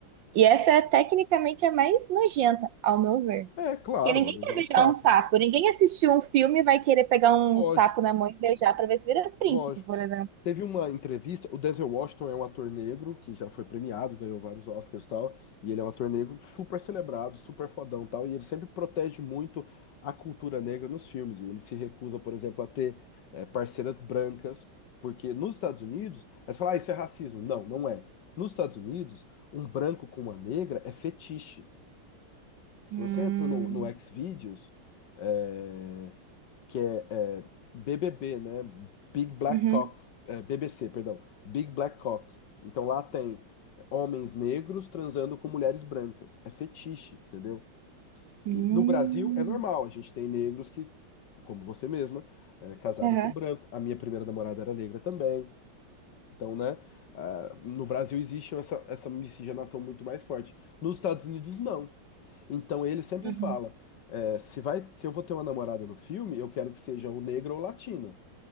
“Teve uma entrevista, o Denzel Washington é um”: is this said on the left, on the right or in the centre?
Left